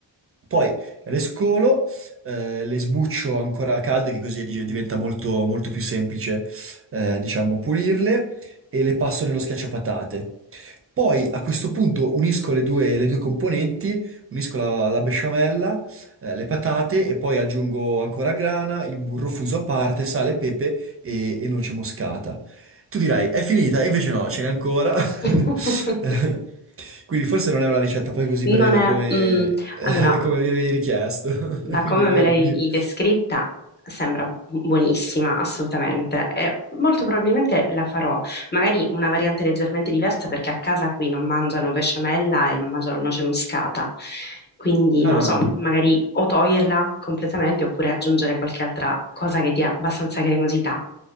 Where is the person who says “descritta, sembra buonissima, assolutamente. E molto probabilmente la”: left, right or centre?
Left